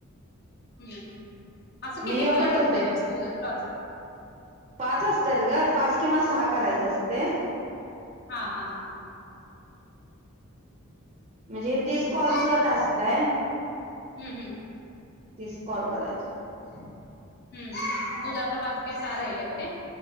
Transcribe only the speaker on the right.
मग
ह्यो
कट
होतय
पाच असत्यात गं पाच किंवा सहा करायचं असतंय
म्हणजे हे तीस
कॉलच
टास्क हाय.
तीस कॉल करायचे आहेत.